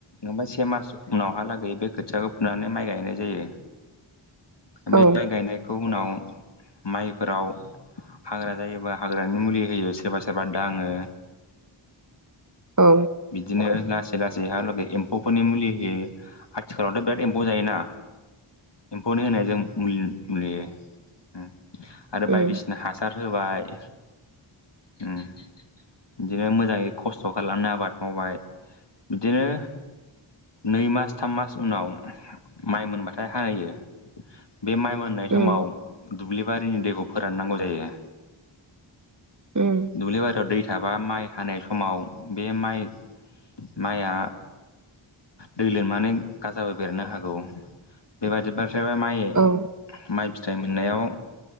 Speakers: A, on the left; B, on the right.
A: ओफ्राय से मास उनावहालागै बे खोथियाखौ फुनानै माइ गायनाय जायो। बे
B: औ
A: गायनायखौ उनाव माइफोराव हाग्रा जायोबा हाग्रानि मुलि होयो सोरबा- सोरबा दाङो।
B: औ।
A: बिदिनो लासै -लासै हालागै एम्फौफोरनि मुलि होयो। आथिखालावथ' बिराद एम्फौ जायोना।
B: <inaudible>
A: एम्फौनि होनाय जों मुलि- मुलि उम आरो
B: उम
A: बायदिसिना हा- <unintelligible> होबाय उम बिदिनो मोजाङै खस्थ' खालामनो आबाद मावबाय। बिदिनो नै मास, थाम मास उनाव माइ मोनबाथाय हायो। बे माइ मोननाय समाव
B: उम
A: दुब्लि बारिनि दैखौ फोराननांलाया।
B: उम
A: दुब्लि बारियाव दै था बा माइ हानाय समाव बे माइ माइया दै लोमनानै गाजाबो बेरनो हागौ। बेबादिबा फ्रायबा माइ
B: औ
A: माइ फिथाइ मोननायाव